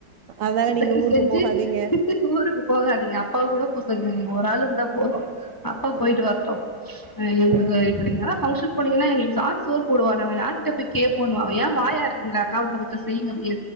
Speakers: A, on the right; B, on the left.
A: அதனால நீங்க
B: தயவு
A: ஊருக்கு
B: செஞ்சு
A: போகாதீங்க.
B: ஊருக்கு போகாதீங்க அப்பாவ கூட போ சொல்லுங்க நீங்க ஒரு ஆள் இருந்தா போது அப்பா
A: அ,
B: போயிட்டு வரட்டு வேற நீங்க
A: அ.
B: இப்படியா ஃபங்க்ஷன் போனீங்கன்னா எங்களுக்கு யார் சோறு போடுவா நாங்க யாரு கிட்ட போய் கேப்போன்னுவாங்க ஏ வாயாடுறீங்களே அக்காவு தங்கச்சியு செய்ங்கடி